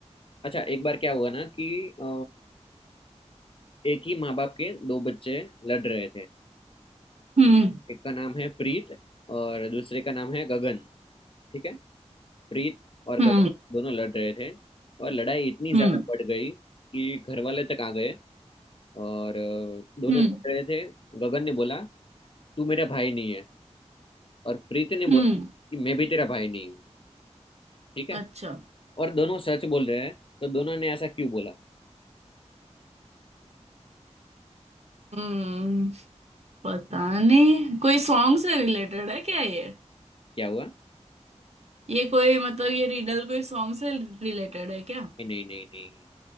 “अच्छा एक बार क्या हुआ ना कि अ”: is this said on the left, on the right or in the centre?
Left